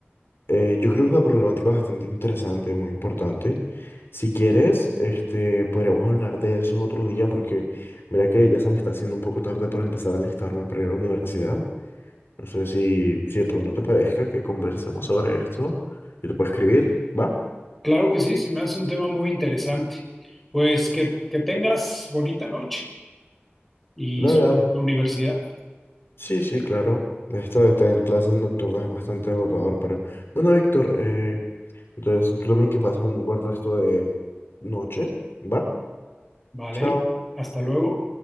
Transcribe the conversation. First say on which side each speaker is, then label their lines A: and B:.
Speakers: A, on the left (about 65°); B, in the centre.
A: Eh, yo creo que es una problemática bastante interesante, muy importante. Si quieres, este, podríamos hablar de eso otro día porque mira que ya se me está haciendo un poco tarde para empezar a alistarme para ir a la universidad. No sé si, si de pronto te parezca que conversemos sobre esto. Yo te puedo escribir, ¿va?
B: Claro que sí, se me hace un tema muy interesante. Pues que, que tengas bonita noche. y
A: Dale,
B: suerte
A: dale.
B: en la universidad,
A: Sí, sí, claro. Esto de tener clases nocturnas es bastante agotador, pero bueno, Víctor, eh, Entonces, tú también que pases un buen resto de noche, ¿va?
B: ¿vale?
A: Chao.
B: Hasta luego.